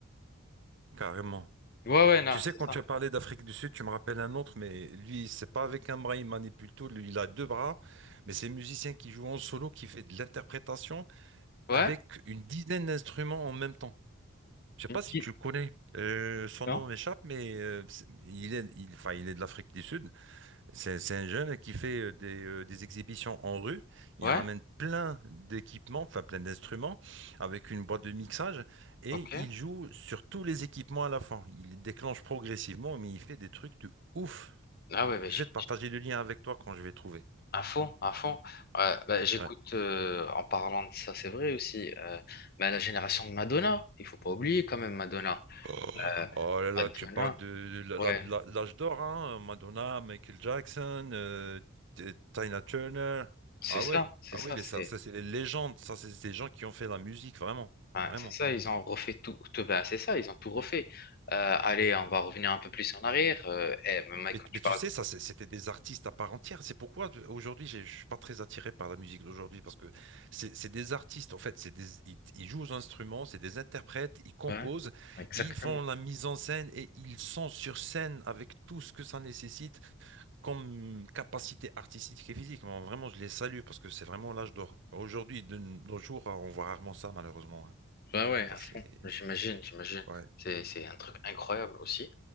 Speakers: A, on the right; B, on the left.
A: Carrément.
B: Ouais, ouais, non,
A: Tu sais,
B: c'est
A: quand
B: ça.
A: tu as parlé d'Afrique du Sud, tu me rappelles un autre, mais lui, c'est pas avec un bras, il manipule tout. Lui, il a deux bras, mais c'est un musicien qui joue en solo, qui fait de l'interprétation
B: Ouais?
A: avec une dizaine d'instruments en même temps. Je sais pas
B: Une petite-
A: si tu le connais. Euh, son
B: Non?
A: nom m'échappe, mais euh, c'est- il est, il, enfin, il est de l'Afrique du Sud. C'est c'est un jeune qui fait euh, des, euh, des exhibitions en rue. Il
B: Ouais?
A: ramène plein d'équipements, enfin plein d'instruments, avec une boîte de mixage, et
B: Ok.
A: il joue sur tous les équipements à la fois. Il les déclenche progressivement, mais il fait des trucs de ouf.
B: Ah ouais, mais
A: Je
B: j'ai-
A: vais te partager le lien avec toi quand je vais trouver.
B: À fond, à fond. Euh, bah, j'écoute
A: Ouais.
B: euh, en parlant de ça, c'est vrai aussi. euh, mais la génération de Madonna, il faut pas oublier quand même Madonna.
A: Oh,
B: Euh,
A: oh là là,
B: Madonna,
A: tu parles de la-
B: ouais,
A: la- la- l'âge d'or, hein, Madonna, Michael Jackson, euh, T- Tina Turner.
B: c'est
A: Ah
B: ça,
A: ouais,
B: c'est
A: ah
B: ça,
A: ouais, les-
B: c'est
A: ça, ça c'est les légendes, ça c'est des gens qui ont fait la musique, vraiment,
B: ouais,
A: vraiment.
B: c'est ça. Ils ont refait tout, tout- ben, c'est ça, ils ont tout refait. Euh, allez, on va revenir un peu plus en arrière. Euh, eh, mais mec,
A: Mais,
B: quand tu
A: mais tu
B: parles,
A: sais, ça, c'est- c'était des artistes à part entière. C'est pourquoi euh, aujourd'hui, j'ai- je suis pas très attiré par la musique d'aujourd'hui parce que c'est c'est des artistes. En fait, c'est des, ils, ils jouent aux instruments, c'est des interprètes, ils composent,
B: ouais, exactement.
A: ils font la mise en scène et ils sont sur scène avec tout ce que ça nécessite comme capacité artistique et physique. Moi, vraiment, je les salue parce que c'est vraiment l'âge d'or. Aujourd'hui, de nos jours, on voit rarement ça, malheureusement. hein.
B: Ouais, ouais,
A: Ça,
B: à
A: c'est.
B: fond. J'imagine, j'imagine.
A: Ouais.
B: C'est c'est un truc incroyable aussi.